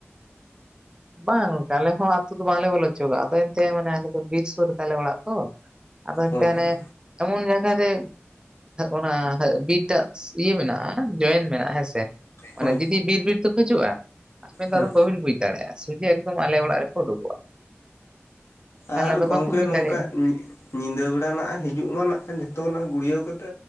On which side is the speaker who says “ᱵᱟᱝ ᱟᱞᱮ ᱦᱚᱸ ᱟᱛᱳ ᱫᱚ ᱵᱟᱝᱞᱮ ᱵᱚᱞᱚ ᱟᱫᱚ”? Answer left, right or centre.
Right